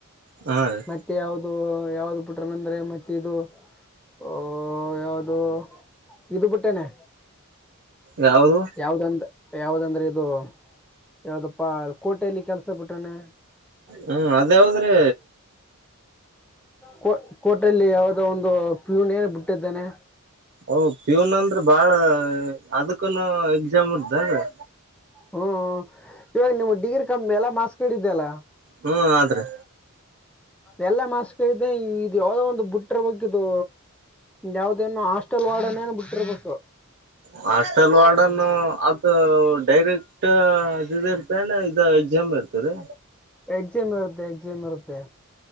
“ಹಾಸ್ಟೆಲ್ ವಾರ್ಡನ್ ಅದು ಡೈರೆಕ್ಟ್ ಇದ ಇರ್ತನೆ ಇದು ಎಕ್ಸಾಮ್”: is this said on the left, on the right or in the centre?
Right